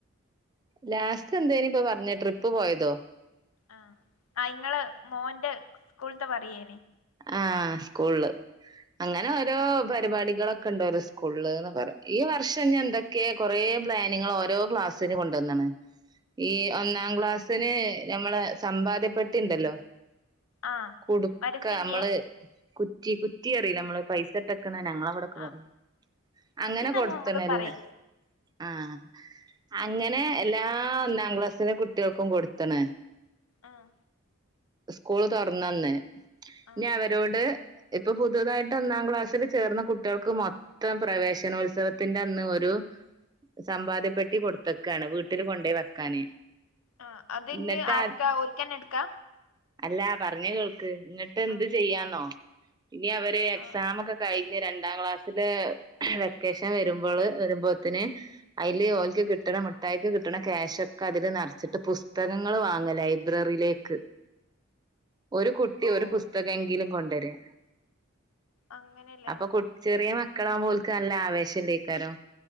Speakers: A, on the right; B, on the left.
A: ലാസ്റ്റ് എന്തേന് ഇപ്പൊ പറഞ്ഞേ ട്രിപ്പ് പോയതോ
B: ആ ആ ഇങ്ങള് മോന്റെ സ്കൂളത്തെ പറയേന്
A: ആഹ് സ്കൂളിള് അങ്ങനെ ഓരോ പരിപാടികളൊ ക്കെ ഇണ്ടോലോ സ്കൂള്ന്ന് പറയാ ഈ വർഷം ഞി എന്തൊക്കെയെ കൊറെ പ്ലാനിങ്ങള് ഓരോ ക്ലാസ്സിന് കൊണ്ടന്ന്ണ് ഈ ഒന്നാം ക്ലാസിന് ഞമ്മള സമ്പാദ്യപ്പെട്ടിണ്ടല്ലോ
B: ആഹ്
A: കുടുക്ക
B: വരിസംഖ്യെ
A: നമ്മള് കുറ്റി കുറ്റി അറിയില്ലേ മ്മള് പൈസ ഇട്ടക്കണ ഞങ്ങളവ ടക്ക്
B: ആഹ്
A: പറയും അങ്ങനെ
B: ഉറ്റീന്നന്നെ
A: കൊടുത്തണ്
B: ഞങ്ങളും
A: എല്ലാ
B: പറയല്
A: ആഹ് അങ്ങനെ എല്ലാ ഒന്നാം ക്ലാസ്സിലെ കുട്ട്യോൾക്കും കൊടുത്തണ്
B: ആഹ്
A: സ്കൂള് തൊറന്നന്ന്
B: ആഹ്
A: ഇനി അവരോട് ഇപ്പൊ പുതുതായിട്ട് ഒന്നാം ക്ലാസ്സില് ചേർന്ന കുട്ട്യോൾക്ക് മൊ ത്തം പ്രവേശനോത്സവത്തിന്റെ അന്ന് ഒരു സമ്പാദ്യപ്പെട്ടി കൊടുത്ത്ക്കാണ് വീട്ടില് കൊണ്ടോയി വെക്കാന്
B: ആഹ് അതിനി
A: എന്നിട്ടാ
B: ആർക്കാ ഓൽക്കെന്നെ ഇടുക്കാ
A: അല്ല പറഞ്ഞ കേൾക്ക് ഇങ്ങിട്ട് എന്ത്
B: ആഹ്
A: ചെയ്യാന്നോ ഇനി അവര് എക്സാം
B: ആഹ്
A: ഒക്കെ കഴിഞ്ഞ രണ്ടാം ക്ലാസ്സില് വെക്കേഷൻ വരുമ്പോള് വരുമ്പോത്തിന് അയ്യില് ഓല്ക്ക് കിട്ടണ മുട്ടായിക്ക് കിട്ടണ ക്യാഷ് ഒക്കെ അതില് നീറച്ചിട്ട് പുസ്തകങ്ങള് വാങ്ങലായി. ബ്രറിയിലേക്ക് ഒരു കുട്ടി
B: ഓഹ്
A: ഒരു പുസ്തകം എങ്കിലും കൊണ്ടുവരിക
B: അങ്ങനെല്ലേ
A: അപ്പൊ കു ചെറിയ മക്കളാവുമ്പോ ഒൽക്ക് നല്ല ആവേശം ഇണ്ടേയിക്കാരോ